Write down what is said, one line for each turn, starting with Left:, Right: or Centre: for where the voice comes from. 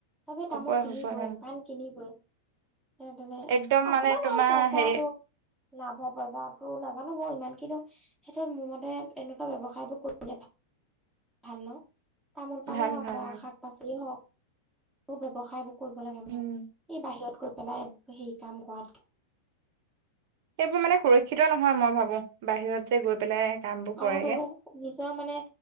Centre: চবে
Right: হ'বই
Centre: তামোল কিনিবই
Right: হ'বই উম
Centre: পাণ কিনিবই তেনে তেনে
Right: একদম
Centre: অকমান
Right: মানে তোমাৰ
Centre: আৰু পইচাটো।
Right: হেৰি
Centre: লাভৰ পজায়টো নাজানো ব ইমান কিন্তু সেইটোত মোৰ মতে এনেকুৱা ব্যৱসায়বোৰ কৰিলে ভাল। ভাল ন তামোল পােই
Right: ভাল
Centre: হওক
Right: ভাল
Centre: বা
Right: অ
Centre: শাক পাচিয় হওক ব ব্যৱসায়। কৰিব লাগে মানে
Right: উম
Centre: এই বাহিৰত গৈ পেলাই সেই কাম কৰাতকে।
Right: সেইবোৰ মানে সুৰক্ষিত নহয় মই ভাবো বাহিৰত যে গৈ পেলাই। কাম বোৰ কৰেগে
Centre: অৱ ধলক নিজৰ মানে